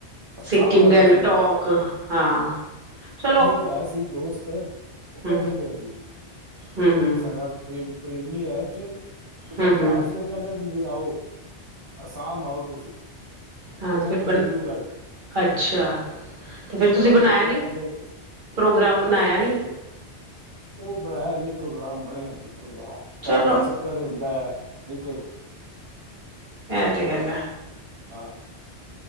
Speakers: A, on the right (about 20°); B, on the right (about 45°).
A: ਅਸਾਮ
B: ਸਿੱਕਿਮ,
A: ਵਾਲਾ
B: ਗੈਂਗਟੋਕ
A: ਟ੍ਰਿਪ ਰਹਿ
B: ਹਾਂ ਚਲੋ।
A: ਇਕ ਹੈ ਸੀ ਦੋਸਤ ਓਹ ਕੈਂਦਾ
B: ਹਮ
A: ਪਿਆ ਸੀ
B: ਹਮ ਹਮ
A: ਓ ਸਾਡਾ ਪ੍ਰੇ ਪ੍ਰੇਮੀ ਐਥੇ ਉਦਾ
B: ਹਮ
A: ਭਰਾ
B: ਹਮ
A: ਸੀ ਓ ਕੈਂਦਾ ਤੁਸੀਂ ਆਓ ਅਸਾਮ ਆਓ ਤੁਸੀਂ।
B: ਹਾਂ
A: ਉਹ ਰਹਿੰਦੇ
B: ਫਿਰ ਬਣ
A: ਡਿਬਰੂਗੜ੍ਹ।
B: ਅੱਛਾ ਤੇ ਫਿਰ ਤੁਸੀਂ
A: ਬੜਾ ਮਗਰ
B: ਬਣਾਇਆ
A: ਪਿਆ
B: ਨੀ
A: ਕੈਂਦੇ
B: ਪ੍ਰੋਗਰਾਮ ਬਣਾਇਆ
A: ਬਸ ਕੁਛ
B: ਨੀ
A: ਓ ਬਣਾਇਆ ਨੀ ਪ੍ਰੋਗਰਾਮ ਬਣਿਆ ਨੀ ਪ੍ਰੋਗਰਾਮ
B: ਚਲੋ
A: ਘਰ ਦਾ ਚੱਕਰ ਹੁੰਦੈ ਨਈ ਤੇ
B: ਐ ਤੇ ਹੈਗਾ।
A: ਆ